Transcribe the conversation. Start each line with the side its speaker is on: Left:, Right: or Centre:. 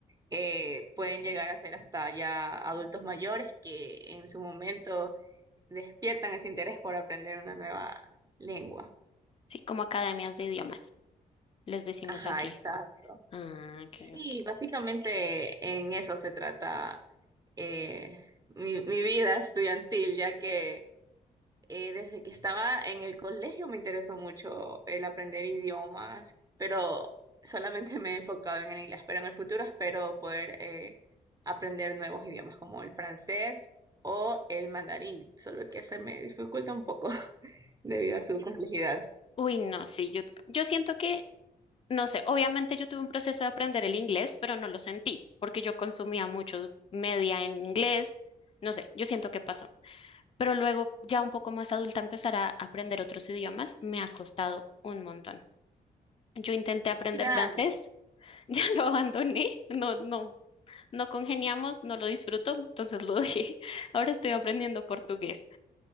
Right: eh, pueden llegar a ser hasta ya adultos mayores que en su momento despiertan ese interés por aprender una nueva lengua.
Left: Sí, como academias de idiomas, les decimos
Right: Ajá,
Left: aquí.
Right: exacto.
Left: Ah, ok,
Right: Sí,
Left: ok.
Right: básicamente en eso se trata eh, mi, mi vida estudiantil, ya que eh, desde que estaba en el colegio me interesó mucho el aprender idiomas, pero solamente me he enfocado en el inglés, pero en el futuro espero poder eh, aprender nuevos idiomas como el francés o el mandarín, solo que se me dificulta un poco <laughs> debido a su complejidad.
Left: Uy, no, sí, yo, yo siento que, no sé, obviamente yo tuve un proceso de aprender el inglés, pero no lo sentí, porque yo consumía mucho media en inglés, no sé, yo siento que pasó. Pero luego, ya un poco más adulta, empezar a aprender otros idiomas me ha costado un montón. Yo intenté aprender
Right: Claro.
Left: francés, <laughs> ya lo abandoné, no, no, no congeniamos, no lo disfruto, entonces lo dejé. <laughs> Ahora estoy aprendiendo portugués